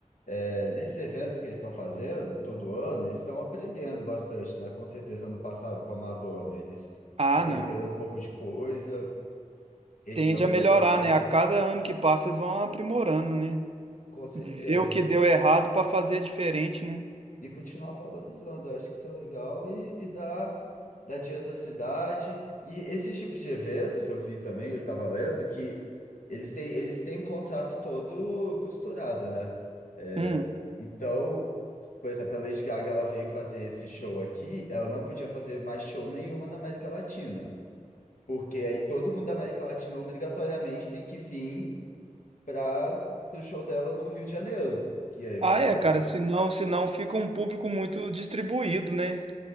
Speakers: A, on the left (about 75°); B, on the right (about 50°).
A: é, nesses eventos que eles estão fazendo, todo ano, eles estão aprendendo bastante, né? Com certeza, ano passado, com a Madonna, eles
B: Ah,
A: aprenderam
B: não.
A: um pouco de coisa, esse
B: Tende
A: ano
B: a
A: um pouco
B: melhorar,
A: mais,
B: né? A cada ano que passa, eles vão aprimorando, né?
A: com certeza.
B: Ver o que deu errado para fazer diferente, né?
A: e continuar valorizando. Eu acho que isso é legal e, e dá, dá dinheiro para a cidade. E esses tipos de eventos, eu vi também, eu estava lendo, que eles têm, eles têm um contrato todo costurado, né? É,
B: Hum.
A: então, por exemplo, a Lady Gaga ela veio fazer esse show aqui, ela não podia fazer mais show nenhuma na América Latina. Porque aí todo mundo da América Latina obrigatoriamente tem que vir para o show dela no Rio de Janeiro, que aí
B: Ah,
A: vai dar
B: é, cara. Senão, senão fica um público muito distribuído, né?